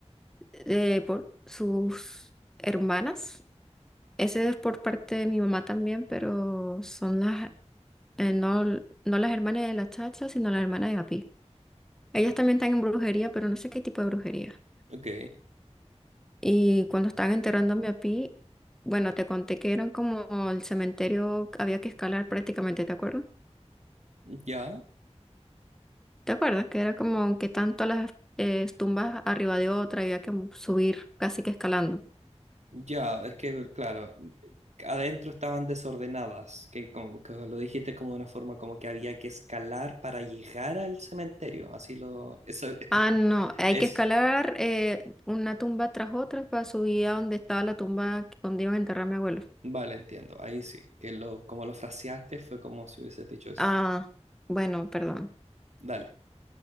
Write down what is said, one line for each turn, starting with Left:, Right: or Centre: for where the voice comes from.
Centre: eh, por sus hermanas. Ese es por parte de mi mamá también, pero son las, eh, no, no las hermanas de la chacha, sino las hermanas de Api. Ellas también están en brujería, pero no sé qué tipo de brujería.
Right: ok,
Centre: Y cuando estaban enterrando a mi Api, bueno, te conté que eran como el cementerio, que había que escalar prácticamente, ¿te acuerdas?
Right: ya.
Centre: ¿Te acuerdas? Que era como que tanto las eh, tumbas arriba de otra, había que subir casi que escalando.
Right: Ya, es que, claro, adentro estaban desordenadas, que como que lo dijiste como de una forma como que había que escalar para llegar al cementerio, así lo, eso <laughs>
Centre: Ah, no, hay
Right: es,
Centre: que escalar eh, una tumba tras otra para subir a donde estaba la tumba donde iban a enterrar a mi abuelo.
Right: vale, entiendo, ahí sí, que lo, como lo fraseaste fue como si hubieses dicho eso.
Centre: Ah, bueno, perdón.
Right: Dale.